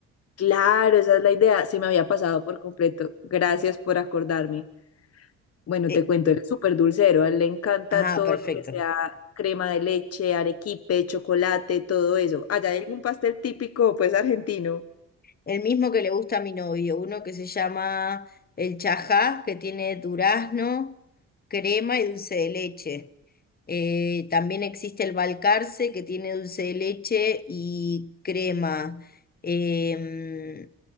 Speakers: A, on the left; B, on the left.
A: Claro, esa es la idea, se me había pasado por completo. Gracias por acordarme. Bueno,
B: Eh,
A: te cuento, él es súper dulcero, a él le encanta
B: ah,
A: todo
B: perfecto.
A: lo que sea crema de leche, arequipe, chocolate, todo eso. Allá hay algún pastel típico, pues argentino.
B: El mismo que le gusta a mi novio, uno que se llama el chajá, que tiene durazno, crema y dulce de leche. Eh, también existe el balcarce, que tiene dulce de leche y crema. Em,